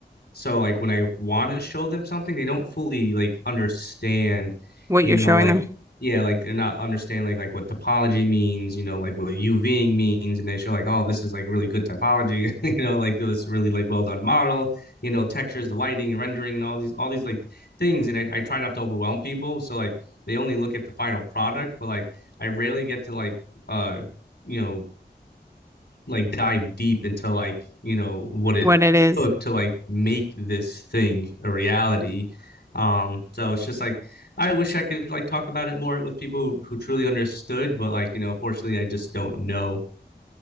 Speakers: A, on the left; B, on the right.
A: so like when I want to show them something, they don't fully like understand,
B: What
A: you
B: you're
A: know,
B: showing
A: like
B: them,
A: yeah, like they're not understanding like like what topology means, you know, like what UVing means, and they show like oh this is like really good typology, <laughs> you know, like "Oh, this really like well done model, you know, textures, the lighting and rendering and all these all these like things, and I, I try not to overwhelm people, so like they only look at the final product, but like I rarely get to like uh you know like dive deep into like you know what it
B: what it is.
A: took to like make this thing a reality um so it's just like i wish i could like talk about it more with people who truly understood but like you know unfortunately i just don't know